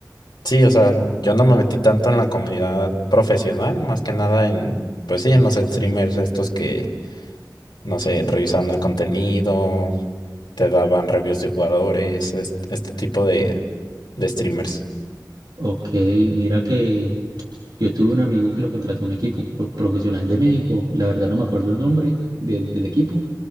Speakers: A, on the left (about 80°); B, on the right (about 65°).
A: Sí, o sea, yo no me metí tanto en la comunidad profesional, más que nada en, pues sí, en los streamers estos que no sé, revisando el contenido, te daban reviews de jugadores, es- este, tipo de, de streamers,
B: Ok, mira que yo tuve un amigo que lo contrató un equipo pro- profesional de México. La verdad no me acuerdo el nombre del, del equipo,